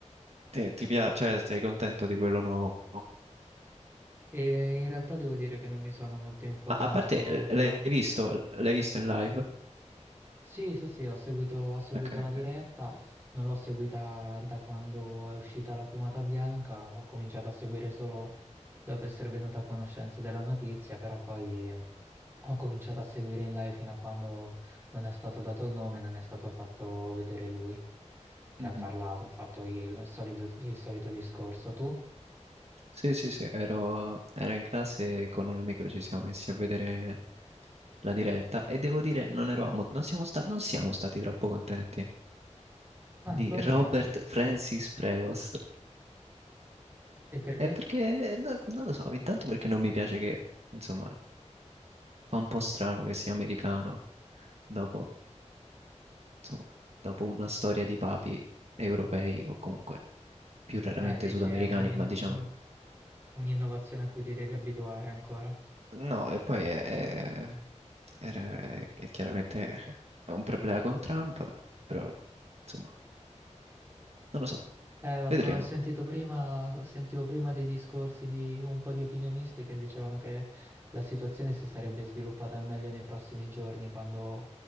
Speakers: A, on the right; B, on the right.
A: Ti, ti piace, cioè sei contento di quello nuovo?
B: E in realtà devo dire che non mi sono molto informato,
A: A, a parte, eh,
B: però
A: l'hai visto? L'hai visto in live?
B: Sì, sì, sì, ho seguito, ho seguito
A: Ok, ok.
B: la diretta, non l'ho seguita da quando è uscita la fumata bianca, ho cominciato a seguire solo dopo essere venuta a conoscenza della notizia, però poi ho cominciato a seguire in live fino a quando non è stato dato il nome, non è stato fatto vedere lui che
A: Mhm.
B: ha parlato, ha fatto il solido- il solito discorso. Tu?
A: Sì, sì, sì, ero, ero in classe e con un amico ci siamo messi a vedere la diretta e devo dire non eravamo, non siamo sta- non siamo stati troppo contenti.
B: Ah,
A: di
B: come mai?
A: Robert Francis Prevost.
B: E perché?
A: È perché, no- non lo so, intanto perché non mi piace che, insomma, fa un po' strano che sia americano dopo, insomma, dopo una storia di papi europei o comunque più raramente
B: Ah, dici
A: sudamericani,
B: è un in-
A: ma diciamo...
B: in- un'innovazione a cui ti devi abituare ancora.
A: No, e poi è, è- era- è chiaramente un problema con Trump, però, insomma, non lo so,
B: Eh,
A: vedremo.
B: ho sentito prima, sentivo prima dei discorsi di un po' di opinionisti che dicevano che la situazione si sarebbe sviluppata al meglio nei prossimi giorni, quando